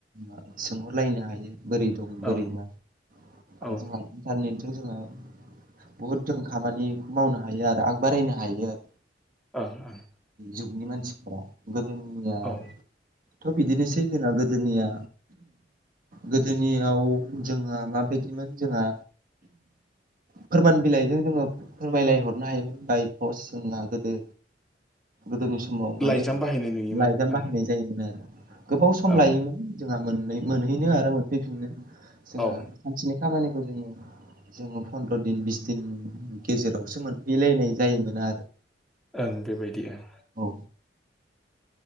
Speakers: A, on the right; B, in the centre.
A: आ सोंहरलायनो हायो बोरै दं बोरै
B: ओं
A: ना आरो
B: औ ओं
A: जोंहा इन्टारनेटजों जोङो बुहुद जों खामानिखौ मावनो हायो आरो आगबारायनो हायो आरो।
B: ओं ओं।
A: जुगनि मानसिफ्रा गोदोनिया
B: औ
A: थ' बिदिनोसै जोंना गोदोनिया गोदोनियाव जोंहा माबायदिमोन जोंहा फोरमान बिलाइजों जोङो फोरमायलाय हरनो हायोमोन बाय पस जोंना गोदो गोदोनि समाव माने
B: लाइजाम बाहायनाय नुयोमोन
A: लाइजामा
B: ओं
A: जायोमोन आरो गोबाव सम
B: औ
A: लायोमोन जोंहा मोन-मोनहैनो आरो मोनफैफिननो। जोंहा
B: औ
A: सानसेनि खामानिखौ जोङो जोङो फन्द्र' दिन बिस दिन गेजेरावसो मोनफैलायनाय जायोमोन आरो।
B: ओं बेबायदि ओं।
A: औ।